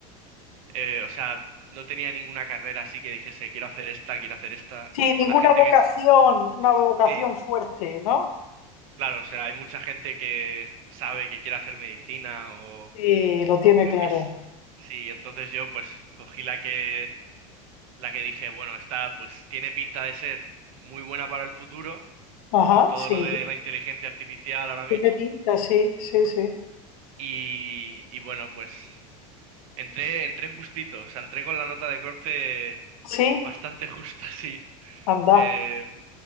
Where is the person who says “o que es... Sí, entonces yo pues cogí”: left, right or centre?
Right